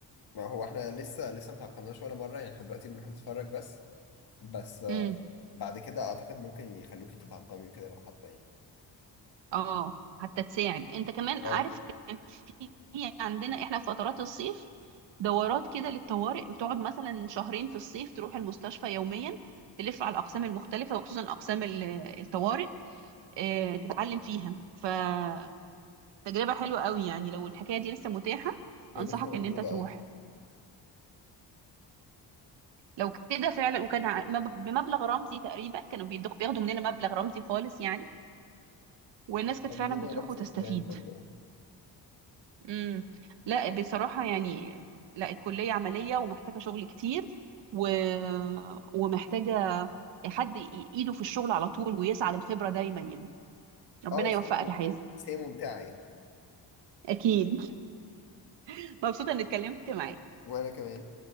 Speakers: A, on the left; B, on the right.
A: ما هو احنا لسه لسه ما تعقمناش ولا مره يعني احنا دلوقتي بنروح نتفرج بس بس آه،
B: امم
A: بعد كده اعتقد ممكن يخلوكي تتعقمي وكده لو حابه يعني
B: اه حتى تساعد انت كمان
A: اه
B: عارف كان في عندنا احنا في فترات الصيف دورات كده للطوارئ بتقعد مثلا شهرين في الصيف تروح المستشفى يوميا تلف على الاقسام المختلفه وخصوصا اقسام ال- الطوارئ آه، تتعلم فيها فتجربه حلوه قوي يعني لو الحكايه دي لسه متاحه
A: هي
B: انصحك
A: لسه موجوده
B: ان انت تروح
A: اه
B: لو كده فعلا وكان ع- مب- بمبلغ رمزي تقريبا كانوا بيدخ- بياخدوا مننا مبلغ رمزي خالص يعني والناس كانت
A: عندنا
B: فعلا بتروح
A: نفس
B: وتستفيد
A: الكلام برضه اه
B: امم لا بصراحة يعني لا الكلية عملية ومحتاجة شغل كتير و... ومحتاجة حد ي- ايده في الشغل على طول ويسعى للخبرة دايما يعني ربنا
A: اه بس
B: يوفقك
A: هي
B: يا حازم
A: بس هي ممتعه يعني
B: اكيد <laughs> مبسوطة اني اتكلمت معاك
A: وانا كمان